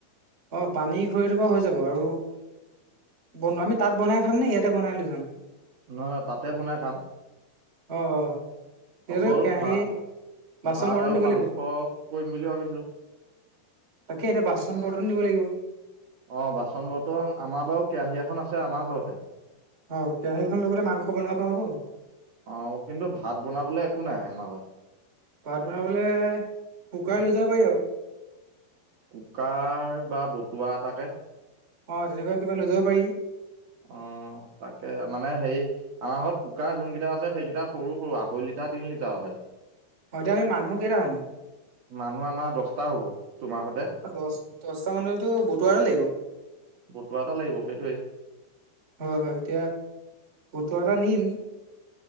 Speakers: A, on the right (about 30°); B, on the right (about 60°).
A: অ', পানী খৰিটো বাৰু হৈ যাব, আৰু ব আমি তাত বনাই খাম নে ইয়াতে বনাই লৈ যাম?
B: নহয় নহ তাতে বনাই খাম।
A: অ অ তেতিয়াতো
B: অকল
A: কেৰাহী
B: ভাত
A: বাচন
B: ভাত
A: বৰ্তন
B: আৰু
A: দিব
B: মাংস
A: লাগিব
B: কৰিম বুলি ভাবিছিলো।
A: তাকে এতিয়া বাচন বৰ্তন নিব লাগিব।
B: অ', বাচন বৰ্তন আমাৰ বাৰু কেৰাহী এখন আছে আমাৰ ঘৰতে।
A: অ', কেৰাহীখন লৈ গ'লে মাংস বনাব পৰা হ'ব।
B: অ', কিন্তু ভাত বনাবলৈ একো নাই আমাৰ ঘৰত।
A: ভাত বনাবলে কুকাৰ লৈ যাব পাৰি আৰু।
B: কুকাৰ বা বতুৱা এটাকে।
A: অ', তেনেকুৱা কিবা লৈ যাব পাৰি।
B: অ', তাকে মানে হেই আমাৰ ঘৰত কুকাৰযোন কেইটা আছে সেইকেইটা সৰু সৰু আঢ়ৈ লিটাৰ তিনি লিটাৰহে।
A: অ এতিয়া আমি মানুহ কেইটা হ'ম
B: মানুহ আমাৰ দছটা হ'ব, তোমাৰ সতে।
A: অ দহ দহটা মানুহলেতো বতোৱা এটা লাগিব।
B: বতুৱা এটা লাগিব সেইটোৱে।
A: হয় হয় এতিয়া বতুৱা এটা নিম